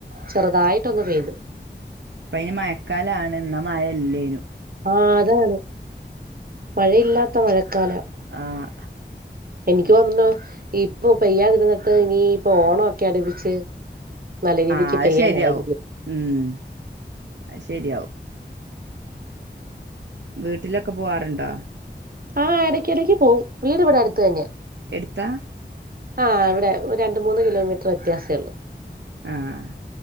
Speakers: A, on the right (about 55°); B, on the right (about 80°).
A: ചെറുതായിട്ട് ഒന്ന് പെയ്ത്
B: ഇപ്പ അയിന് മയക്കാലാണ് എന്നാ മയല്ലേനും
A: ആഹ് അതാണ് മഴയില്ലാത്ത മഴക്കാലം
B: ആഹ്
A: എനിക്ക് തോന്ണു ഇപ്പൊ പെയ്യാതിരുന്നിട്ട് ഇനി ഇപ്പോ ഓണം ഒക്കെ അടുപ്പിച്ച് നല്ല രീതിക്ക്
B: ആഹ്
A: പെയ്യാനായിരിക്കും
B: അത് ശരിയാവും ഉം അത് ശരിയാവും വീട്ടിലൊക്കെ പോവാറുണ്ടോ
A: ആഹ് ഇടക്കിടക്ക് പോവും വീട് ഇവിടെ അടുത്ത് തന്നെ
B: എടുത്താ
A: ആഹ് ഇവിടെ ഒരു രണ്ട് മൂന്ന് കിലോമീറ്റർ വ്യത്യാസേ ഉള്ളു
B: ആഹ്